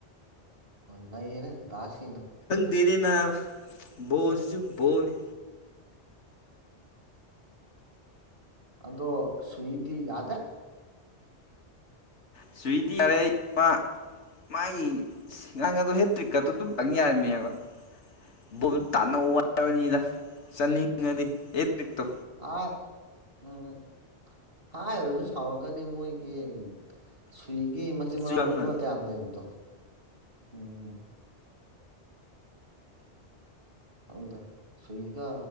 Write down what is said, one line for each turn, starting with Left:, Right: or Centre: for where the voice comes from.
Right: ꯅꯩꯔꯦ ꯗꯁꯤꯅ
Left: ꯇꯔ ꯅꯅꯥ ꯣꯁꯤꯁꯨꯨ ꯣꯅꯤ
Right: ꯑꯗꯣ ꯁꯨꯍꯤꯗꯤ ꯌꯥꯗꯦ
Left: ꯁ꯭ꯋꯗꯤ ꯇꯔꯩ ꯄ ꯃꯥꯏ ꯉꯥꯡꯗ ꯍꯦꯇ꯭ꯔꯤꯛꯀ ꯑꯗꯨ ꯑꯗꯨꯝ ꯌꯥꯔꯝꯃꯦꯕ ꯕ ꯇꯥꯟꯅꯧ ꯋꯥꯔꯕꯅꯤꯗ ꯆꯠꯅꯤꯡꯉꯗꯤ ꯑꯦ ꯇ꯭ꯔꯤꯛꯇꯣ
Right: ꯑ ꯎꯝ ꯍꯥꯥ ꯐꯥꯎꯔꯛꯀꯅꯤ ꯃꯣꯏꯒꯤ ꯁꯨꯏꯒꯤ ꯃꯆꯤꯟ
Left: ꯆꯨꯏꯌꯥꯡꯅ
Right: ꯃꯅꯥꯎ ꯃꯔꯤ ꯃꯇꯌꯥꯝ ꯌꯥꯝ ꯂꯩꯕꯗꯣ ꯎꯝ ꯑꯗꯣ ꯁꯨꯔꯤꯒ